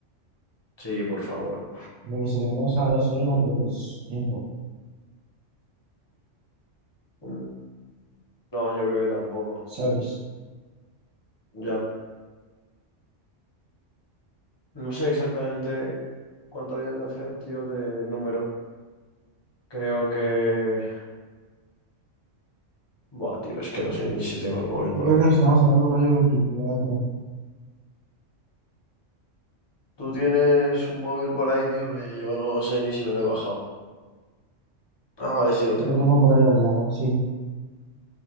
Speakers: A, on the left; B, on the right.
A: Sí, por favor.
B: Porque si le metemos ahora solo no creo que es tiempo,
A: Mm, No, yo creo que tampoco.
B: ¿sabes?
A: Ya. No sé exactamente cuánto había que hacer, tío, de número. Creo que Buah, tío, es que no sé ni si tengo el móvil
B: Yo
A: por
B: creo
A: aquí.
B: que nos quedamos en el rollo veinticuatro
A: Tú tienes un móvil por ahí, tío, que yo no sé ni si me lo he bajado. Ah, vale, sí lo
B: Lo
A: tengo.
B: tengo por ahí al lado, sí.